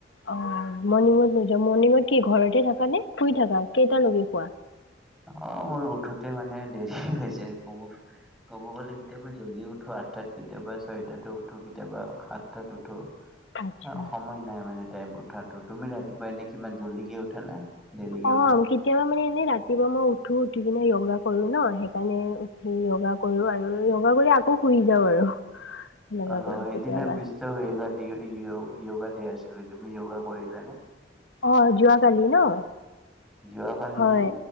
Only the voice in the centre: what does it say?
অ মোৰ উঠোতে মানে দেৰি হৈছে যায় কব গলে কেতিয়াবা জল্দি উঠো আঠটাত কেতিয়াবা ছয়টাত উঠো কেতিয়াবা সাতটাত উঠো।
অ সময় নাই মানে। ছেম উঠাটো তুমি ৰাতিপুৱাই নে কিমান জলদীকে উঠা নে? দেৰিকে
উঠা
অহ
হয়
সেইদিনা বিশ্ব পৰিৱেশ <unintelligible> য়গা ডে আছিলে ।তুমি য়গা কৰিছানে?
যোৱাকালি
নেকি